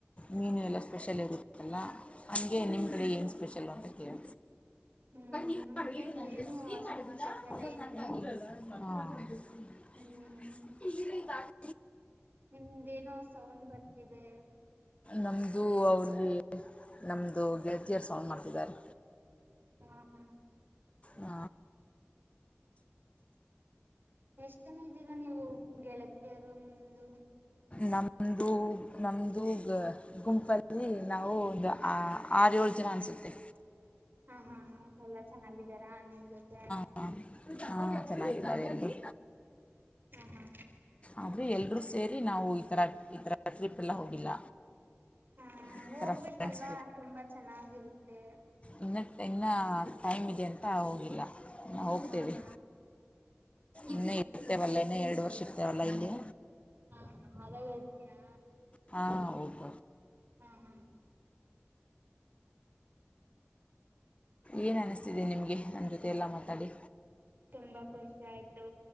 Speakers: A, on the left (about 30°); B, on the right (about 50°).
A: ಮೀನು ಎಲ್ಲ ಸ್ಪೆಷಲ್ ಇರುತ್ತದಲ್ಲ ಹಾಗಗೆ ನಿಮ್ಮ ಕಡೆ ಏನು ಸ್ಪೆಷಲ್ ಅಂತ ಕೇಳ
B: ಹ್ಮ್
A: ಇ
B: ನಮ್
A: ಮಾಡ
B: ಸೈಡ್
A: ನನ್
B: ಏನು ಅಷ್ಟೊಂದು ಸ್ಪೆಷಲ್ ಏನಿಲ್ಲ
A: ಮಾಡದ <unintelligible>
B: ಹ್ಮ್
A: ಪಜದ <unintelligible>
B: ನಿಮ್ದೇಏನೋ ಸೌಂಡ್ ಬರ್ತಿದೆ
A: ನಮ್ದು ಅವಲ್ಲಿ ನಮ್ದು ಗೆಳ್ತಿಯರ್ ಸೌಂಡ್ ಮಾಡ್ತಿದ್ದಾರೆ
B: ಹ್ಮ್ ಹ್ಮ್
A: ಹ
B: ಎಷ್ಟ ಜನ ಇದ್ದೀರಾ ನೀವು ಗೆಳತಿಯರು ನಿಮ್ದು
A: ನಮ್ದು ನಮ್ದು ಗುಂಪಲ್ಲಿ ನಾವು ಒಂದು ಆರು ಏಳು ಜನ ಅನಿಸುತ್ತೆ
B: ಹಾ ಹಾ ಎಲ್ಲ ಚೆನ್ನಾಗಿದ್ದಾರಾ ನಿನ್ ಜೊತೆ
A: ಹ ಹಾ ಚೆನ್ನಾಗಿದ್ದಾರೆ
B: ಹ್ಮ್
A: ಎಲ್ಲಿ
B: ಹ ಹಾ
A: ಆದರೆ ಎಲ್ಲರೂ ಸೇರಿ ನಾವು ಈ ಥರ ಈ ಥರ ಟ್ರಿಪಲ್ಲ ಹೋಗಿಲ್ಲ
B: ಹಾ
A: ಈ
B: ಹೋಗ್ಬೇಕಲ್ವಾ
A: ಥರ ಫ್ರೆಂಡ್ಸ್
B: ತುಂಬಾ ಚೆನ್ನಾಗಿರುತ್ತೆ
A: ಇನ್ನ ಇನ್ನೂ ಟೈಮ್ ಇದೆ ಅಂತ ಹೋಗಿಲ್ಲ ನಾ ಹೋಗ್ತೇವಿ
B: ಹಾ ಹಾ ಹಾ
A: ಇನ್ನ ಇರ್ತೇವಲ್ಲ ಇನ್ನ ಎರಡು ವರ್ಷ ಇರ್ತೇವಲ್ಲ ಇಲ್ಲಿ
B: ಹಾ ಹಾ ಮಾಗ ಹೋಗ್ತೀರಾ
A: ಹಾ ಹೋಗ್ಬ
B: ಹಾ ಹಾ
A: ಏನು ಅನಿಸ್ತಿದೆ ನಿಮಗೆ ನನ್ನ ಜೊತೆ ಎಲ್ಲ ಮಾತಾಡಿ
B: ತುಂಬಾ ಖುಷಿ ಆಯ್ತು